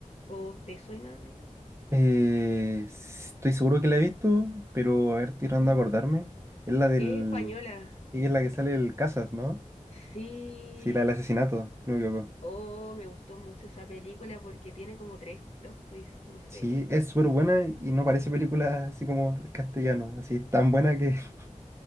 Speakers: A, on the left (about 55°); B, on the right (about 20°).
A: ¿O te suena algo?
B: Eh, s- estoy seguro que la he visto, pero a ver, estoy tratando
A: Mm.
B: de acordarme. Es la del...
A: Es española.
B: Ella es la que sale el Casas, ¿no?
A: Sí.
B: Sí, la del asesinato, si no me equivoco.
A: Oh, me gustó mucho esa película porque tiene como tres plot twists, no sé.
B: Sí, es súper buena y no parece película así como de castellano, así tan buena que <laughs>